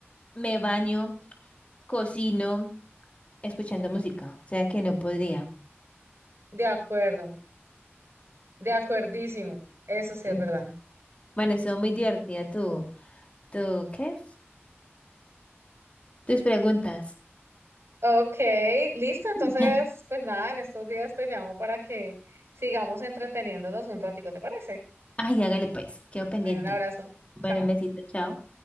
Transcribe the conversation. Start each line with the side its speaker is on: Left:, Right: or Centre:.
Left: me baño, cocino, escuchando música. O sea que no podría.
Right: De acuerdo. De acuerdísimo. Eso sí
Left: Mm.
Right: es verdad.
Left: Bueno, estuvo muy divertida tu, tu, ¿qué? Tus preguntas.
Right: Ok, listo. Entonces,
Left: <laughs>
Right: pues nada, en estos días te llamo para que sigamos entreteniéndonos un ratico, ¿te parece?
Left: Ay, hágale pues, quedo pendiente.
Right: Bueno, un abrazo.
Left: Bueno,
Right: Chao.
Left: un besito, chao.